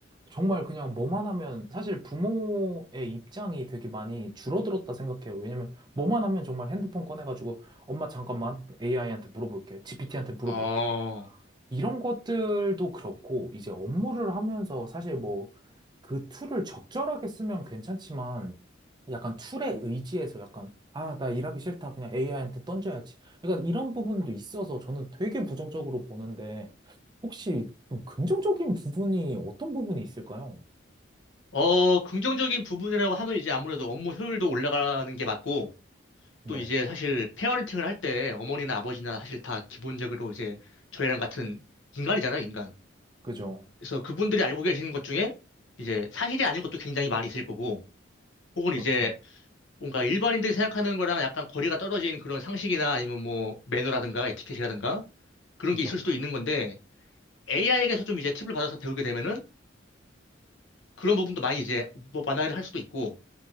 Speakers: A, on the right; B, on the left.
A: 정말 그냥 뭐만 하면 사실 부모의 입장이 되게 많이 줄어들었다 생각해요. 왜냐면 뭐만 하면 정말 핸드폰 꺼내가지고 엄마 잠깐만 AI한테 물어볼게, GPT한테 물어볼게.
B: 어,
A: 이런 것들도 그렇고 이제 업무를 하면서 사실 뭐 그 툴을 적절하게 쓰면 괜찮지만 약간 툴에 의지해서 약간 아, 나 일하기 싫다. 그냥 AI한테 던져야지. 약간 이런 부분도 있어서 저는 되게 부정적으로 보는데 혹시 좀 긍정적인 부분이 어떤 부분이 있을까요?
B: 어, 긍정적인 부분이라고 하면 이제 아무래도 업무 효율도 올라가는 게 맞고,
A: 네.
B: 또 이제 사실 페어린팅을 할 때 어머니나 아버지나 사실 다 기본적으로 이제 저희랑 같은 인간이잖아요, 인간.
A: 그죠.
B: 그래서 그분들이 알고 계시는 것 중에 이제 사실이 아닌 것도 굉장히 많이 있을 거고, 혹은
A: 그렇죠.
B: 이제 뭔가 일반인들이 생각하는 거랑 약간 거리가 떨어진 그런 상식이나 아니면 뭐 매너라든가 에티켓이라든가 그런
A: 그죠.
B: 게 있을 수도 있는 건데, AI에게서 좀 이제 팁을 받아서 배우게 되면은 그런 부분도 많이 이제 뭐 완화를 할 수도 있고,